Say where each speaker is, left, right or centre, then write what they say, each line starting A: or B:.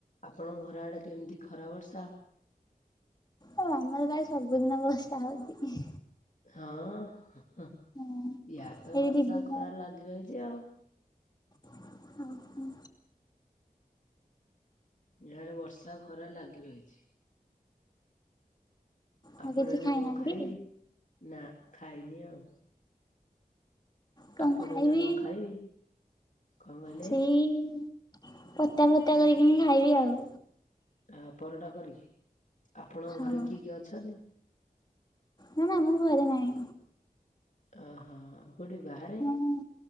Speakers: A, on the left (about 55°); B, on the left (about 25°).
A: ଆପଣଙ୍କ ଘରଆଡେ କେମତି ଖରା ବର୍ଷା?
B: ଆମର ଯାଇ ସବୁଦିନ ବର୍ଷା ହଉଚି କି।
A: ହଁ ହଁ ଅଁ
B: ହଁ
A: ଇଆଡେ ତ
B: ଏଇ
A: ବର୍ଷା
B: ଦି ଦିନ
A: ଖରା ଲାଗି ରହିଛି ଆଉ।
B: ଆଉ କଣ?
A: ଇଆଡେ ବର୍ଷା ଖରା ଲାଗି ରହିଛି। ଆପଣ
B: ଆଉ କିଛି
A: ଏଇନା
B: ଖାଇନାହାନ୍ତି?
A: କଣ ଖାଇବେ ନା ଖାଇନି ଆଉ।
B: କଣ
A: ଆପଣ
B: ଖାଇବିି
A: ଏଇନା କଣ ଖାଇବେ? କଣ କହିଲେ
B: ସେଇ। ପରଟା ଫରଟା କରିକିନି ଖାଇବି ଆଉ।
A: ଆ ପରଟା କରିକି ଆପଣଙ୍କ
B: ହଁ
A: ଘରେ କିଏ କିଏ ଅଛନ୍ତି?
B: ମୁଁ ମାମୁଁ ଘରେ ନାଇଁ।
A: ଓହୋ କୋଉଠି ବାହାରେ?
B: ମୁଁ